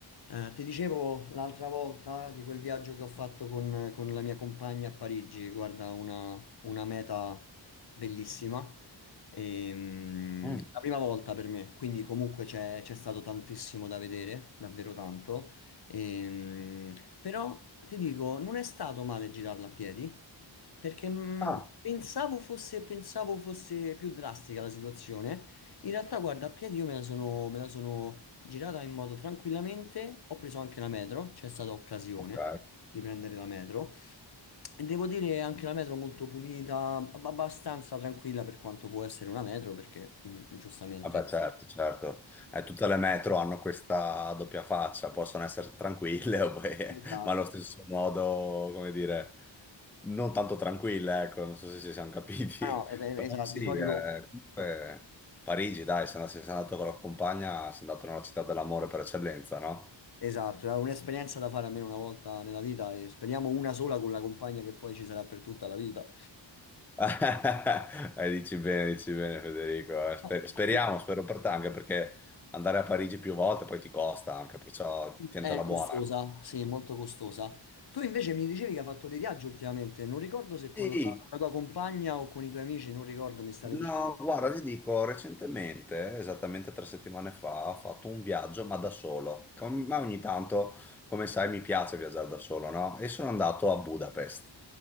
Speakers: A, on the left; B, in the centre.
A: Eh, ti dicevo l'altra volta di quel viaggio che ho fatto con, con la mia compagna a Parigi, guarda, una, una meta bellissima. Ehm,
B: Mm.
A: la prima volta per me, quindi comunque c'è c'è stato tantissimo da vedere, davvero tanto. Ehm, però ti dico, non è stato male girarla a piedi, perché mh,
B: Ah,
A: pensavo fosse, pensavo fosse più drastica la situazione. In realtà, guarda, a piedi io me la sono, me la sono girata in modo tranquillamente, ho preso anche la metro, c'è stata occasione
B: ok.
A: di prendere la metro e devo dire anche la metro molto pulita, ab- abbastanza tranquilla per quanto può essere una metro perché mm, giustamente...
B: Vabbè, certo, certo. Eh, tutte le metro hanno questa doppia faccia, possono essere tranquille, <laughs> o poi-
A: Esatto,
B: ma allo stesso modo, come dire, non tanto tranquille, ecco, non so se ci siamo capiti.
A: Ah, no, eh, beh,
B: <laughs> Però
A: esatto,
B: sì,
A: di solito
B: eh, comunque Parigi, dai, se and- se sei andato con la compagna, sei andato nella città dell'amore per eccellenza, no?
A: esatto, è un'esperienza da fare almeno una volta nella vita e speriamo una sola con la compagna che poi ci sarà per tutta la vita.
B: <laughs> Eh, dici bene, dici bene Federico. eh. Spe-
A: <laughs>
B: speriamo, spero per te, anche perché andare a Parigi più volte poi ti costa anche, perciò tientala
A: È costosa,
B: buona.
A: sì, molto costosa. Tu invece mi dicevi che hai fatto dei viaggi ultimamente, non ricordo se con
B: Sì,
A: la, con la tua compagna o con i tuoi amici, non ricordo, mi stavi
B: No,
A: dicendo.
B: guarda, ti dico, recentemente, esattamente tre settimane fa, ho fatto un viaggio, ma da solo. Com- Ma ogni tanto, come sai, mi piace viaggiare da solo, no? E sono andato a Budapest.